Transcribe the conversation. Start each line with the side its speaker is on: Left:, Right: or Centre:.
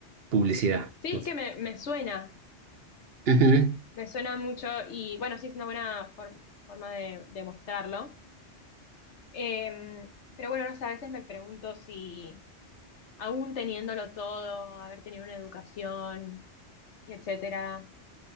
Right: publicidad.
Left: sí,
Right: no
Left: es
Right: sé.
Left: que me, me suena.
Right: Ujú.
Left: Me suena mucho y bueno, sí, es una buena for- forma de, de mostrarlo. Em, pero bueno, no sé, a veces me pregunto si aún teniéndolo todo, haber tenido una educación, y etcétera,